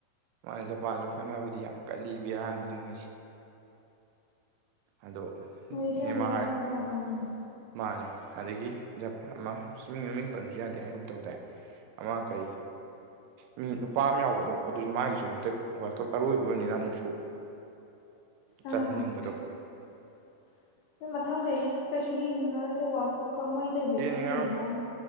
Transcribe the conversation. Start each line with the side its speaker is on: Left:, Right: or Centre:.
Right: ꯃꯥꯅ ꯖꯄꯥꯟꯁꯨ ꯍꯣꯠꯅꯕꯗꯤ ꯌꯥꯝ ꯀꯜꯂꯤ ꯕꯦꯔꯥꯅꯤ ꯃꯣꯏꯁꯦ ꯑꯗꯣ
Left: ꯃꯣꯏ ꯑꯁꯦꯡꯕꯩ
Right: ꯅꯦꯃꯥꯔ
Left: ꯍꯣꯠꯅꯕꯗ ꯌꯥꯝ ꯀꯟꯕꯅꯤ
Right: ꯃꯥꯅꯦ ꯑꯗꯒꯤ ꯑꯃ ꯆꯃꯤ ꯃꯃꯤꯡ ꯄꯟꯕꯁꯨ ꯌꯥꯗꯦ ꯍꯥꯏꯒꯨꯝ ꯇꯧ ꯇꯥꯏ ꯑꯃ ꯀꯩ ꯃꯤ ꯅꯨꯄꯥ ꯑꯃ ꯌꯥꯎꯕꯗꯣ ꯑꯗꯨꯁꯨ ꯃꯥꯒꯤꯁꯨ ꯍꯟꯗꯛ ꯋꯥꯔꯜ ꯀꯞ ꯑꯔꯣꯏꯕꯅꯤꯅ ꯑꯃꯨꯛꯁꯨ
Left: ꯑꯥ
Right: ꯆꯜꯍꯟꯅꯤꯡꯕꯗꯣ
Left: <inaudible> ꯃꯊꯪꯗꯒꯤꯗꯤ ꯀꯩꯁꯨ ꯌꯦꯡꯅꯤꯡꯉꯔꯣꯏꯗ ꯋꯥꯔꯜ ꯀꯞꯀ ꯃꯣꯏꯗ <unintelligible>
Right: ꯌꯦꯡꯅꯤꯡꯉꯔꯣꯏ
Left: ꯈꯔ ꯌꯦꯡꯕꯩ ꯋꯥꯅꯤ